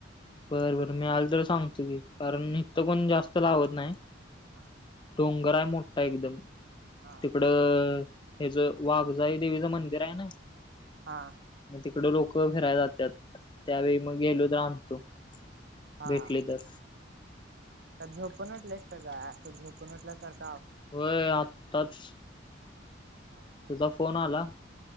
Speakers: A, on the left; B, on the right.
A: बरं बरं मी आल त सांगतो की, कारण मी हीत कोण जास्त लावत नाय
B: हा
A: डोंगर हाय मोठा एकदम
B: हा
A: तिकडं हेज वाघजाई देवीचं मंदिर आहे न
B: हां
A: म तिकडे लोक फिरायला जात्यात त्यावेळी म गेलो त आणतो.
B: हा.
A: भेटले तर
B: का झोपून उटलाईस का काय असं झोपून उटल्यासारखं
A: होय आत्ताच
B: हा हा
A: तुझा फोन आला